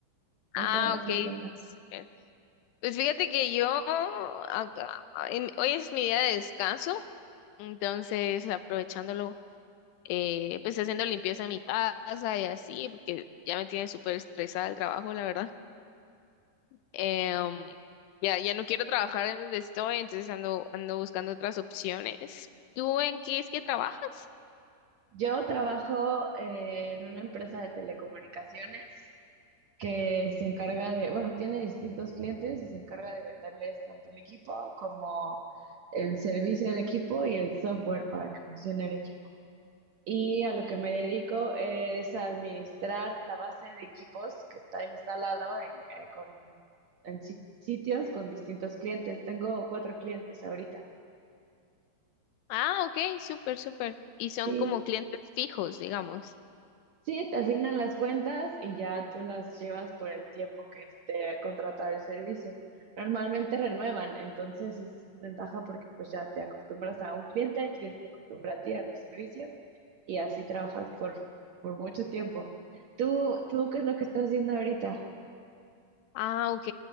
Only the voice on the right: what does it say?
¿Tú
qué andas
haciendo?
Yo trabajo eh, en una empresa de telecomunicaciones que se encarga de, bueno, tiene distintos clientes y se encarga de venderles tanto el equipo como el servicio del equipo y el software para que funcione el equipo. y a lo que me dedico es a administrar la base de equipos que está instalado en, eh, con, en si- sitios con distintos clientes. Tengo cuatro clientes ahorita.
Sí,
sí, te asignan las cuentas y ya tú las llevas por el tiempo que esté contratado el servicio. Normalmente renuevan, entonces esa es ventaja porque pues ya te acostumbras a un cliente, el cliente se acostumbra a ti, a tu servicio y así trabajas por, por mucho tiempo. ¿Tú, tú qué es lo que estás haciendo ahorita?